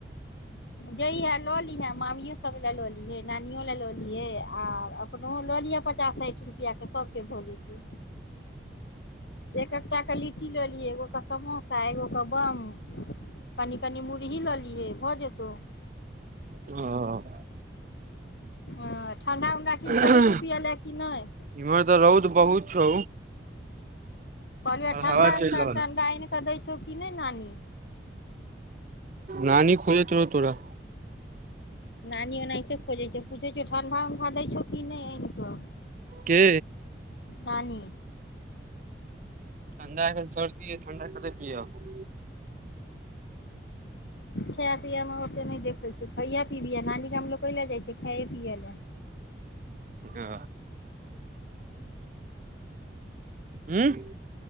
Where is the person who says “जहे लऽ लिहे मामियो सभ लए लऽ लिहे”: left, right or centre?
Left